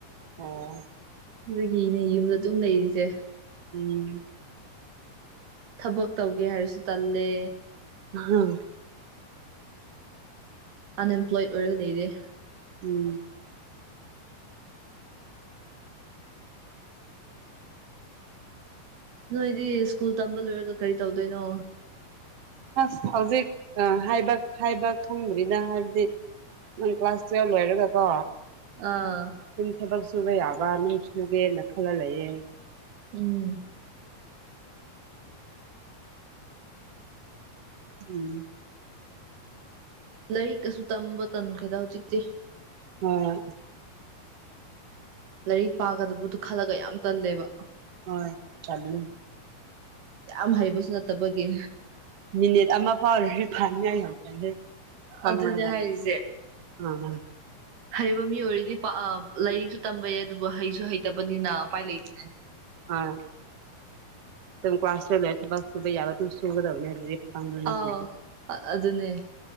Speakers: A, on the right; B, on the right.
A: ꯑꯣ
B: ꯑꯗꯨꯒꯤꯅꯦ ꯌꯨꯝꯗꯥ ꯑꯗꯨꯝ ꯂꯩꯔꯤꯁꯦ
A: ꯎꯝ
B: ꯊꯕꯛ ꯇꯧꯒꯦ ꯍꯥꯏꯔꯁꯨ ꯇꯜꯂꯦ
A: <unintelligible>
B: ꯑꯟꯏꯝꯄꯂꯣꯏꯠ ꯑꯣꯏꯔꯒ ꯂꯩꯔꯦ
A: ꯎꯝ
B: ꯅꯣꯏꯗꯤ ꯁ꯭ꯀꯨꯜ ꯇꯝꯕ ꯂꯣꯏꯔꯒ ꯀꯔꯤ ꯇꯧꯗꯣꯏꯅꯣ
A: ꯑꯁ ꯍꯧꯖꯤꯛ ꯑꯥ ꯍꯥꯏꯕ ꯍꯥꯏꯕ ꯈꯪꯗꯔꯤꯗꯥ ꯍꯥꯏꯕꯗꯤ ꯅꯪ ꯀ꯭ꯂꯥꯁ ꯇꯨꯋꯦꯜ ꯂꯣꯏꯔꯥꯒꯀꯣ ꯑꯗꯨꯝ
B: ꯑꯥ
A: ꯊꯕꯛ ꯁꯨꯕ ꯌꯥꯕ ꯃꯤ ꯁꯨꯒꯦꯅ ꯈꯜꯂꯥ ꯂꯩꯌꯦ
B: ꯎꯝ
A: ꯎꯝ
B: ꯂꯥꯏꯔꯤꯛ ꯀꯥꯁꯨ ꯇꯝꯕ ꯇꯟꯈꯔꯦꯗꯥ ꯍꯧꯖꯤꯛꯇꯤ
A: ꯍꯣꯏ
B: ꯂꯥꯏꯔꯤꯛ ꯄꯥꯒꯗꯕꯗꯨ ꯈꯜꯂꯥꯒ ꯌꯥꯝ ꯇꯜꯂꯦꯕ
A: ꯍꯣꯏ ꯇꯜꯂꯦ
B: ꯌꯥꯝ ꯍꯩꯕꯁꯨ ꯅꯠꯇꯕꯒꯤ
A: ꯃꯤꯅꯤꯠ ꯑꯃꯥ ꯐꯥꯎ ꯂꯥꯏꯔꯤꯛ ꯄꯥꯅꯤꯉꯥꯏ ꯌꯥꯝ ꯇꯜꯂꯦ ꯐꯝꯔꯥꯒ
B: ꯑꯗꯨꯅꯦ ꯍꯥꯏꯔꯤꯁꯦ
A: ꯑꯥ
B: ꯍꯩꯕ ꯃꯤ ꯑꯣꯏꯔꯗꯤ ꯄꯥ ꯑꯥ ꯂꯥꯏꯔꯤꯛꯁꯨ ꯇꯝꯕ ꯌꯥꯏ ꯑꯗꯨꯕꯨ ꯍꯩꯁꯨ ꯍꯩꯇꯕꯅꯤꯅ ꯎꯄꯥꯏ ꯂꯩꯇ꯭ꯔꯦ
A: ꯑꯥ ꯀꯂꯥꯁ ꯇꯨꯋꯦꯞ ꯂꯣꯏꯔꯒ ꯊꯕꯛ ꯁꯨꯕ ꯌꯥꯕ ꯑꯗꯨꯝ ꯁꯨꯒꯗꯕꯅꯦ
B: ꯑꯥꯎ ꯑ- ꯑꯗꯨꯅꯦ